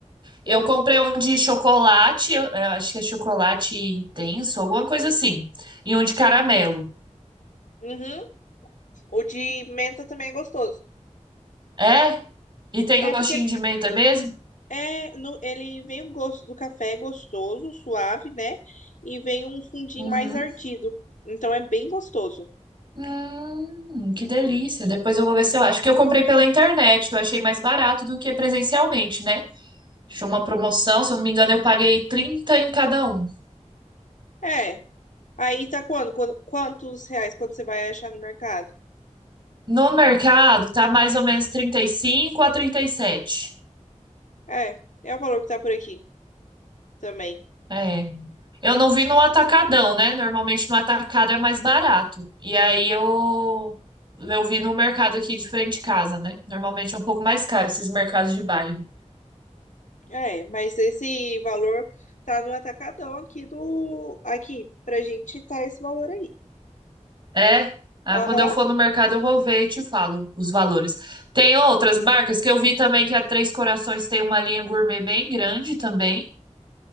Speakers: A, on the right; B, on the left.
A: Eu
B: O,
A: comprei um de chocolate, eu- eu acho que é chocolate intenso, alguma coisa assim. E um de caramelo.
B: Uhum. o de menta também é gostoso.
A: É? E tem
B: É
A: gostinho
B: porque ele
A: de menta mesmo?
B: É, no- ele vem o gosto do café gostoso, suave, né? E vem um fundinho
A: Uhum.
B: mais ardido. Então é bem gostoso.
A: Hum, que delícia. Depois eu vou ver se eu acho. Que eu comprei pela internet, que eu achei mais barato do que presencialmente, né? Achei uma promoção, se eu não me engano, eu paguei trinta em cada um.
B: É. Aí tá quando? quando, Quantos reais quando você vai achar no mercado?
A: No mercado, tá mais ou menos 35 a 37.
B: É, é o valor que tá por aqui também.
A: É. Eu não vi no atacadão, né? Normalmente no atacado é mais barato. E aí eu eu vi no mercado aqui de frente de casa, né? Normalmente é um pouco mais caro esses mercados de bairro.
B: É, mas esse valor tá no atacadão aqui do. Aqui, pra gente tá esse valor aí.
A: É.
B: Aham.
A: Ah, quando eu for no mercado eu vou ver e te falo os valores. Tem outras marcas que eu vi também que a Três Corações tem uma linha gourmet bem grande também.